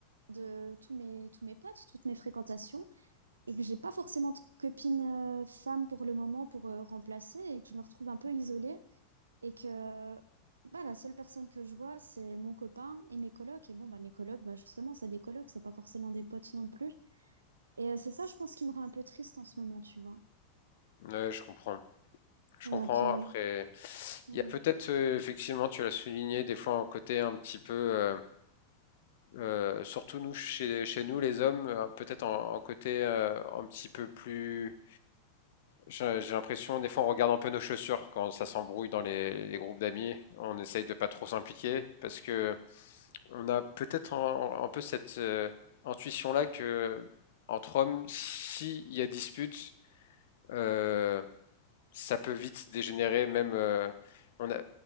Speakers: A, on the right; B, on the left.
A: de tous mes tous mes potes, toutes mes fréquentations et que j'ai pas forcément de copine euh, femme pour le moment pour euh, remplacer et que je me retrouve un peu isolée et que bah, la seule personne que je vois, c'est mon copain et mes colocs. Et bon, bah, mes colocs, bah, justement, c'est des colocs, c'est pas forcément des potes non plus. Et euh, c'est ça, je pense, qui me rend un peu triste en ce moment, tu vois.
B: Ouais, je comprends. Je
A: Donc,
B: comprends.
A: euh,
B: Après,
A: ouais.
B: il y a peut-être euh, effectivement, tu l'as souligné, des fois un côté un petit peu. euh, Euh, surtout nous, chez, chez nous, les hommes, euh, peut-être en, en côté euh, un petit peu plus. J'ai j'ai l'impression, des fois, on regarde un peu nos chaussures quand ça s'embrouille dans les, les groupes d'amis. On essaye de pas trop s'impliquer parce que on a peut-être un, un peu cette euh, intuition-là que entre hommes, s'il y a dispute, euh, ça peut vite dégénérer, même. euh, on a,